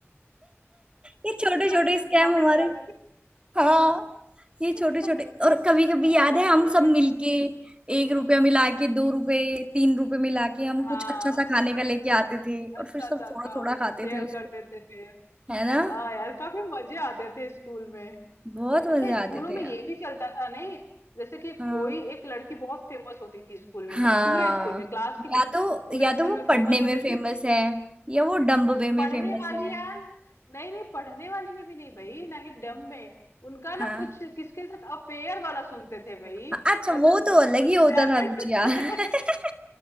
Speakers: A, on the right; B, on the left.
A: ये छोटे
B: पचास
A: छोटे
B: अपने
A: स्कैम
B: पॉकेट
A: हमारे
B: में जाते थे
A: हाँ ये
B: <laughs>
A: छोटे छोटे और कभी कभी
B: हाँ
A: याद
B: यार
A: है हम सब
B: ये
A: मिलके
B: तो
A: एक रुपया
B: हाँ
A: मिला के दो रुपए तीन रुपए मिला के हम
B: हाँ
A: कुछ अच्छा सा खाने का लेके आते थे और
B: अच्छा
A: फिर सब
B: सा
A: थोड़ा
B: हाँ
A: थोड़ा
B: उसमें
A: खाते
B: शेयर
A: थे उसको
B: करते थे फिर
A: है ना
B: हाँ यार काफी मजे आते थे स्कूल में
A: बहुत
B: अच्छा
A: मजे
B: स्कूलों
A: आते थे
B: में ये
A: यार
B: भी चलता था नहीं जैसे कि
A: हाँ
B: कोई एक लड़की बहुत फेमस होती थी स्कूल में
A: हाँ
B: मतलब पूरे स्कूल में क्लास की नहीं
A: या तो
B: पूरे
A: या
B: स्कूल
A: तो वो
B: में
A: पढ़ने
B: फेमस
A: में
B: होती
A: फेमस
B: थी
A: है या वो डम्बवे में
B: पढ़ने
A: फेमस
B: वाली
A: है
B: यार नहीं नहीं पढ़ने वाली में भी नहीं भाई ना ही डम में उनका
A: हाँ
B: ना कुछ किसके साथ अफेयर वाला सुनते थे भाई
A: अच्छा
B: मतलब
A: वो
B: जो
A: तो अलग ही होता
B: 11
A: था कुछ यार <laughs>